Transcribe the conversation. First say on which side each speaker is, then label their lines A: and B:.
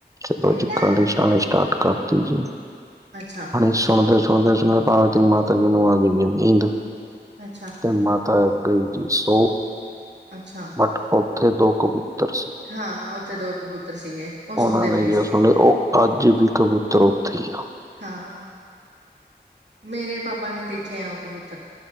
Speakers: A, on the right; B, on the right.
A: ਚਲੋ
B: ਹੂੰ
A: ਜੀ ਕਾਨੀ ਸ਼ਣਣੀ ਸਟਾਰਟ ਕਰਤੀ ਜੀ।
B: ਅੱਛਾ‌।
A: ਸੁਣਦੇ-ਸੁਣਦੇ-ਸੁਣਦੇ ਭਾਵੇਂ ਤੇ ਮਾਤਾ ਜੀ ਨੂੰ ਆ ਗਈ ਨੀਦ।
B: ਅੱਛਾ
A: ਤੇ ਮਾ ਤਾਂ ਅਐ ਗਈ ਜੀ ਸੌ।
B: ਅੱਛਾ।
A: ਬਟ, ਉੱਥੇ ਦੋ ਕਬੂਤਰ ਸੀ।
B: ਹਾਂ, ਉਹਥੇ ਦੋ ਕਬੂਤਰ ਸੀਗੇ। ਉਹ
A: ਉਹਨਾਂ
B: ਸੁਣਦੇ
A: ਨੇ
B: ਪਏ
A: ਜੇ
B: ਸੀਗੇ
A: ਸੁਣਣੇ, ਉਹ ਅੱਜ ਵੀ ਕਬੂਤਰ ਉੱਥੇ ਆ।
B: ਹਾਂ। ਮੇਰੇ ਪਾਪਾ ਨੇ ਦੇਖਿਆ ਹੈ ਉਹ ਕਬ